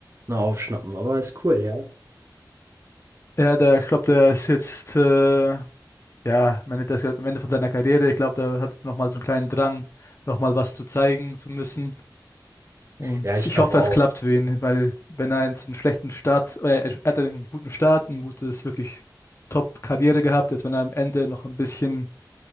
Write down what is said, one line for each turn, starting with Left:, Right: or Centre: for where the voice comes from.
Right: noch aufschnappen, aber ist cool, ja.
Left: Ja, der, ich glaube, der ist jetzt, äh, ja, meine, der ist jetzt am Ende von seiner Karriere. Ich glaube, der hat nochmal so einen kleinen Drang, nochmal was zu zeigen zu müssen. Und
Right: Ja, ich
Left: ich
Right: glaube
Left: hoffe,
Right: auch.
Left: es klappt für ihn, weil wenn er jetzt einen schlechten Start, oder er er hat einen guten Start, ein gutes, wirklich Top-Karriere gehabt, jetzt wenn er am Ende noch ein bisschen